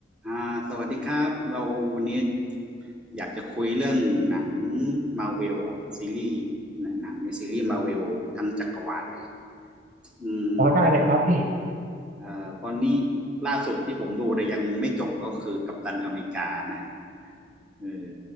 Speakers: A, in the centre; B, on the right.
A: อ่าสวัสดีครับเราวันนี้อยากจะคุยเรื่องหนังมาเวลอะซีรีส์นะหนังในซีรีส์มาเวลทั้งจักรวาลเลยอืม
B: อ๋อได้เลยครับพี่
A: เอ่อตอนนี้ล่าสุดที่ผมดูแต่ยังไม่จบก็คือกัปตันอเมริกานะเออ